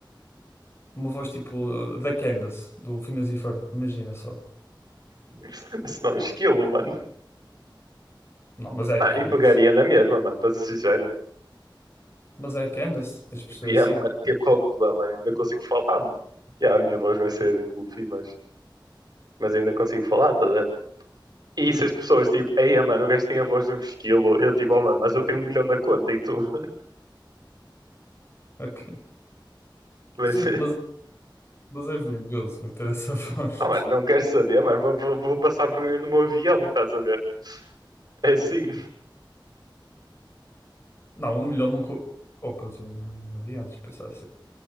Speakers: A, on the left; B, on the right.
A: uma voz tipo uh, da Candace, do Phineas e Ferb, imagina só.
B: <laughs> Mas não, um esquilo, mano.
A: Não, mas é a
B: Não,
A: Candace.
B: e pegaria na mesma, mano, para ser sincero.
A: Mas é a Candace, tens de perceber
B: Tipo, yeah,
A: assim.
B: mano, que,
A: né?
B: qual é o problema? Ainda consigo falar, mano. Yeah, a minha voz vai ser goofy, mas mas ainda consigo falar, tá a ver? E se as pessoas, tipo, ei, ah, mano, o gajo tem a voz de um esquilo, eu, tipo, oh, mano, mas eu tenho um milhão na conta e tu, <laughs>
A: Ok. <laughs>
B: mas,
A: Mas, mas é vergonhoso ter essa <laughs> voz.
B: oh, mano, não queres saber, mano, vou, vou, vou passar vergonha no meu avião, estás a ver? É assim,
A: Não, um milhão não co- compras um avião, tens de pensar assim.